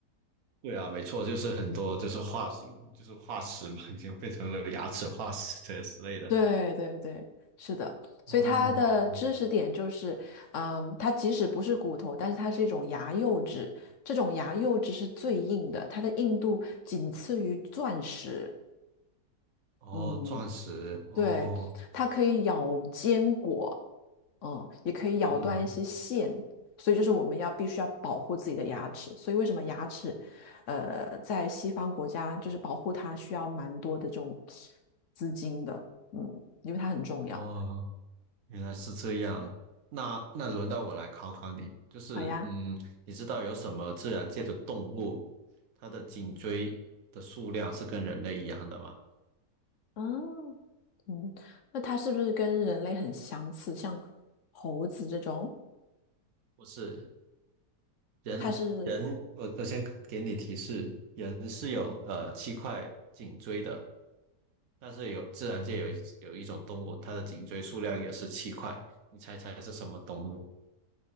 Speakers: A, on the right; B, on the left.
A: 对啊，没错，就是很多就是化石，就是化石嘛，已经变成了牙齿化石这之类的。
B: 对对对，是的，所以它的知识点就是，
A: 嗯，嗯
B: 嗯，它即使不是骨头，但是它是一种牙釉质，这种牙釉质是最硬的，它的硬度仅次于钻石。
A: 哦，
B: 嗯，
A: 钻石，哦，
B: 对，它可以咬坚果，嗯，也可以咬断一些线，
A: 嗯，
B: 所以就是我们要必须要保护自己的牙齿。所以为什么牙齿，呃，在西方国家就是保护它需要蛮多的这种资金的，嗯，因为它很重要。
A: 哦，原来是这样。那那轮到我来考考你，就是嗯，
B: 好呀，
A: 你知道有什么自然界的动物，它的颈椎的数量是跟人类一样的吗？
B: 嗯，嗯，那它是不是跟人类很相似？像猴子这种，
A: 不是。人人，
B: 它是
A: 我我先给你提示，人是有呃七块颈椎的，但是有自然界有一有一种动物，它的颈椎数量也是七块，你猜猜是什么动物？